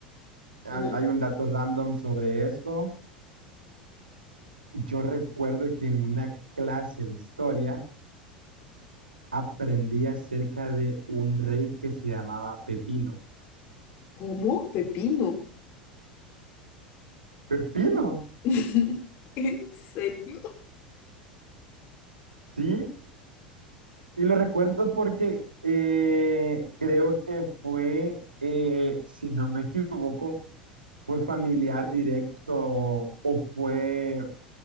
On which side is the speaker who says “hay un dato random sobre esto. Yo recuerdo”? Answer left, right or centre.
Right